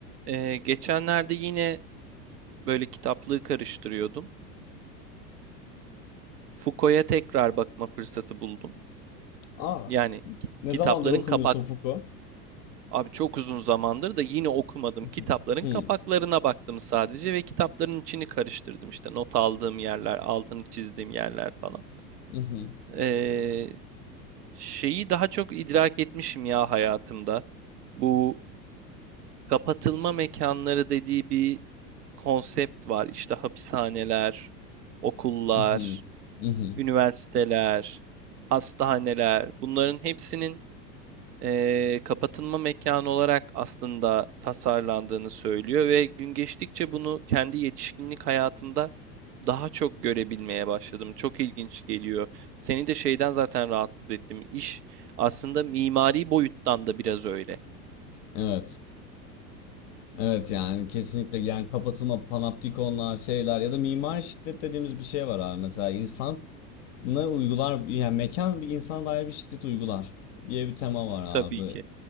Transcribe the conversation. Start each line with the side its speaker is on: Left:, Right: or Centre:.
Right: Ee, geçenlerde yine böyle kitaplığı karıştırıyordum. Foucault'a tekrar bakma fırsatı buldum.
Left: Aa,
Right: Yani ki-
Left: ne
Right: kitapların
Left: zamandır okumuyorsun
Right: kapak
Left: Foucault?
Right: abi çok uzun zamandır da yine okumadım.
Left: Mhm,
Right: Kitapların
Left: hı,
Right: kapaklarına baktım sadece ve kitapların içini karıştırdım. İşte not aldığım yerler, altını çizdiğim yerler falan.
Left: mhm,
Right: Ee, şeyi daha çok idrak etmişim ya hayatımda. Bu kapatılma mekanları dediği bir konsept var. İşte hapishaneler, okullar,
Left: mhm, mhm.
Right: üniversiteler, hastaneler bunların hepsinin eee, kapatılma mekanı olarak aslında tasarlandığını söylüyor ve gün geçtikçe bunu kendi yetişkinlik hayatımda daha çok görebilmeye başladım. Çok ilginç geliyor. Seni de şeyden zaten rahatsız ettim. İş aslında mimari boyuttan da biraz öyle.
Left: Evet. Evet yani kesinlikle yani kapatılma panoptikonlar şeyler ya da mimari şiddet dediğimiz bir şey var abi. Mesela insan ne uygular yani mekan bir insana dair bir şiddet uygular diye bir tema
Right: Hı hı,
Left: var abi.
Right: tabii ki.